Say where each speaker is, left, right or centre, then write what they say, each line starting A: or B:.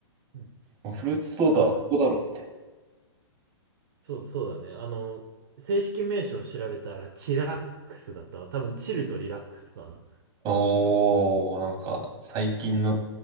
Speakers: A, on the right (about 55°); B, on the right (about 30°).
A: うん
B: もうフルーツソーダはここだろ、
A: あ
B: うみたいな。
A: そう、そうだね。あの、正式名称を調べたら、チラックスだったわ。多分、チルとリラックスかな。
B: おー、なんか、
A: うん。
B: 最近の、